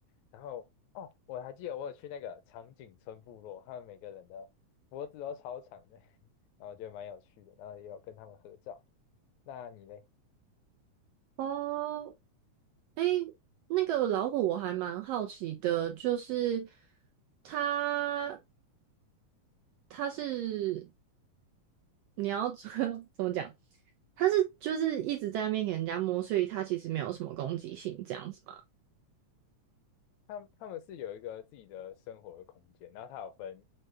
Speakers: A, on the left (about 80°); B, on the right (about 80°).
A: 然后哦，我还记得我有去那个长颈村部落，他们每个人的脖子都超长的，<laughs> 然后我觉得蛮有趣的，然后也有跟他们合照。那你嘞？
B: 哦。诶，那个老虎我还蛮好奇的，就是它它是你要 <laughs> 怎么讲？它是就是一直在那边给人家摸，所以它其实没有什么攻击性这样子嘛。
A: 他们他们是有一个自己的生活的空间，然后它有分